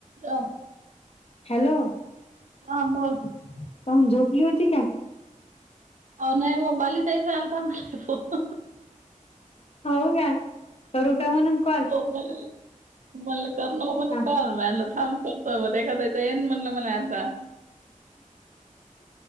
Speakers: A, on the right; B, on the left.
A: ह्ं
B: hello
A: ह बोल
B: खाऊन झोपली होती का?
A: नाही हो म बाली ताईचा आलता मला फोन.
B: हो का करू का म्हणून कॉल?
A: म्ह म्हण करण म्हण
B: हा
A: काल मलं थांब करतो म एखादा चयन म्हणलं म्हणा आता.